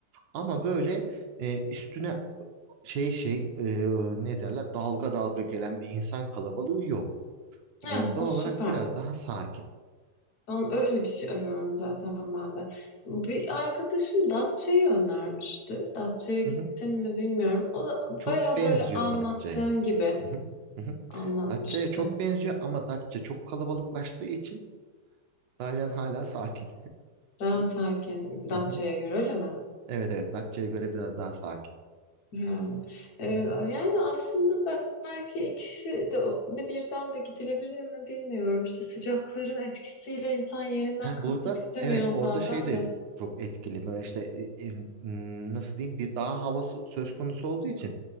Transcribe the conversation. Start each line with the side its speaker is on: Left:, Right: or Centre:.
Right: Ama böyle e, üstüne şey şey e, ne derler dalga dalga gelen bir insan kalabalığı yok. E,
Left: Ha
Right: doğal
Left: o süper.
Right: olarak biraz daha sakin.
Left: Ben öyle bir şey arıyorum zaten ben de. Bir arkadaşım Datça'yı önermişti. Datça'ya
Right: <laughs>
Left: gittin mi bilmiyorum. O da
Right: Çok
Left: baya
Right: benziyor
Left: böyle anlattığın
Right: Datça'ya.
Left: gibi
Right: Hı hı, hı hı.
Left: anlatmıştı.
Right: Datça'ya çok benziyor ama Datça çok kalabalıklaştığı için Dalyan hala sakin.
Left: Daha sakin Datça'ya
Right: Hı hı.
Left: göre öyle mi?
Right: Evet evet Datça'ya göre biraz daha sakin.
Left: Ha. Ee,
Right: Hı hı.
Left: yani aslında be- belki ikisi de o- ne birden de gidilebilir mi bilmiyorum. İşte sıcakların etkisiyle insan yerinden
Right: Ha
Left: kalkmak
Right: burada
Left: istemiyor
Right: evet orada
Left: bazen
Right: şey de
Left: de.
Right: çok etkili böyle işte e, e, m, nasıl diyeyim bir dağ havası söz konusu olduğu için